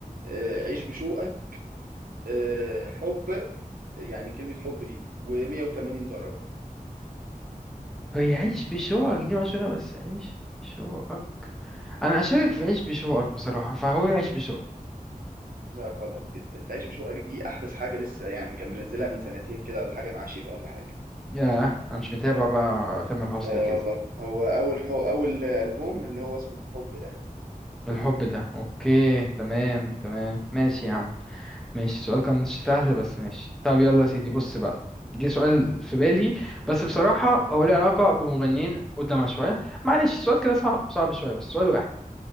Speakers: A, on the right; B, in the centre.
A: آه، عيش بشوقك آه، حب يعني كلمة حب دي و180 درجة
B: هي عيش بشوقك دي مشهورة بس عيش بشوقك انا اشارك في عيش بشوقك بصراحه فهقول عيش بشوقك
A: لا غلط جدا تعيش بشوقك دي أحدث حاجة لسه يعني كان منزلها من سنتين كده ولا حاجة مع شيبة ولا حاجة
B: ياه انا مش متابع بقى تامر حسني
A: آه
B: كده
A: والله هو أول حو... أول ألبوم اللي هو اسمه حب ده
B: الحب ده اوكي تمام تمام ماشي يا عم ماشي السؤال كان
A: ماشي
B: مش سهل بس ماشي طب يلا يا سيدي بص
A: ماشي،
B: بقى
A: يلا
B: جه سؤال
A: م.
B: في بالي بس بصراحه هو ليه علاقه بمغنيين قدامها شويه معلش السؤال كده صعب صعب شويه بس سؤال واحد